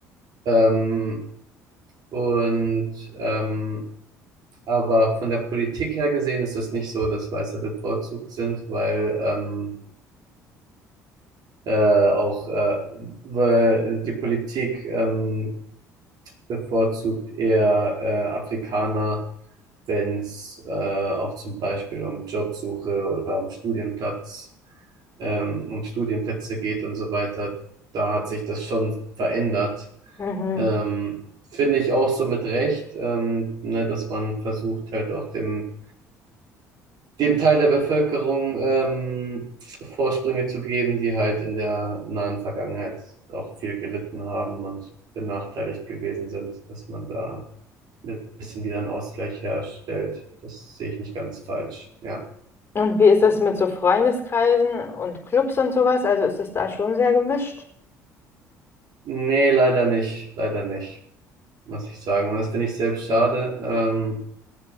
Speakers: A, on the right (about 50°); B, on the left (about 25°).
A: Ähm, und ähm, aber von der Politik her gesehen ist das nicht so, dass Weiße bevorzugt sind, weil ähm, äh, auch äh, weil die Politik ähm, bevorzugt eher äh, Afrikaner, wenn es äh, auch zum Beispiel um Jobsuche oder um Studienplatz, ähm, um Studienplätze geht und so weiter. Da hat sich das schon verändert.
B: Mhm.
A: Ähm, finde ich auch so mit Recht, ähm, ne, dass man versucht halt auch dem dem Teil der Bevölkerung ähm, Vorsprünge zu geben, die halt in der nahen Vergangenheit auch viel gelitten haben und benachteiligt gewesen sind, dass man da ein bisschen wieder einen Ausgleich herstellt. Das sehe ich nicht ganz falsch. Ja.
B: Und wie ist das mit so Freundeskreisen und Clubs und sowas? Also, ist das da schon sehr gemischt?
A: Nee, leider nicht, leider nicht, muss ich sagen. Und das finde ich selbst schade. Ähm,